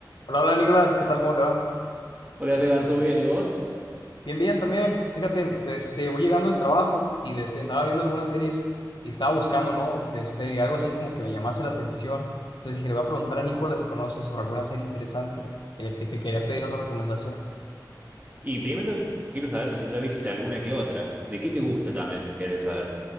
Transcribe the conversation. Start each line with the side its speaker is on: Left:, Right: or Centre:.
Left: Hola, hola Nicolás, ¿qué tal? ¿Cómo te va?
Right: Hola Edgar, ¿todo bien? ¿Y vos?
Left: Bien, bien, también. Fíjate, desde, voy llegando al trabajo y desde andaba viendo algunas series y estaba buscando, ¿no? Desde algo así como que me llamase la atención. Entonces dije, le voy a preguntar a Nicolás si conoce sobre alguna serie interesante en la que te quería pedir una recomendación.
Right: Y primero quiero saber si ya viste alguna que otra. ¿De qué te gusta también? Querés saber.